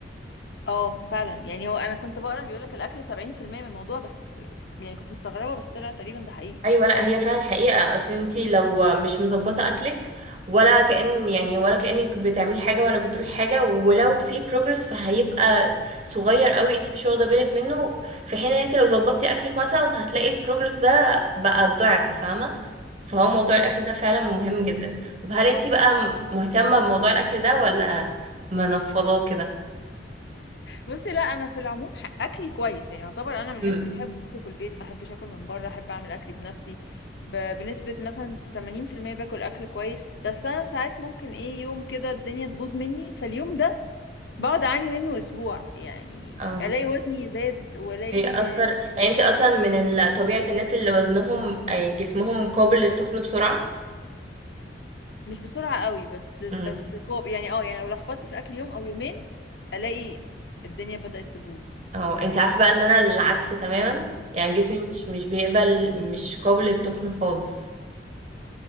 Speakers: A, on the left; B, on the right.
A: اه فعلا يعني هو انا كنت بقرا بيقول لك الاكل 70% من الموضوع بس يعني كنت مستغربه بس طلع تقريبا ده حقيقي
B: ايوه لا هي فعلا حقيقه اصل انتي لو مش مظبطه اكلك ولا كأن يعني ولا كأنك بتعملي حاجه ولا بتروحي حاجه ولو في بروجرس فهيبقى صغير قوي انتي مش واخده بالك منه في حين ان انتي لو ظبطتي اكلك مثلا هتلاقي البروجرس ده بقى الضعف فاهمه فهو موضوع الاكل ده فعلا مهم جدا طب هل انتي بقى مهتمه بموضوع الاكل ده ولا منفضاه كده
A: بصي لا انا في العموم ح- اكلي كويس يعني يعتبر انا من الناس
B: امم
A: اللي بحب اكله في البيت ما احبش اكل من بره احب اعمل اكلي بنفسي ب... بنسبه مثلا 80% باكل اكل كويس بس انا ساعات ممكن ايه يوم كده الدنيا تبوظ مني فاليوم ده بقعد اعاني منه اسبوع يعني
B: اه
A: الاقي وزني زاد والاقي
B: بيأثر يعني انتي اصلا من ال- طبيعه الناس اللي وزنهم آه، جسمهم قابل للتخن بسرعه
A: مش بسرعه قوي بس بس
B: امم
A: كوب يعني اه يعني لو لخبطت في الاكل يوم او يومين الاقي الدنيا بدات تبوظ
B: اه انت عارفه بقى ان انا العكس تماما يعني جسمي
A: امم
B: مش مش بيقبل مش قابل للتخن خالص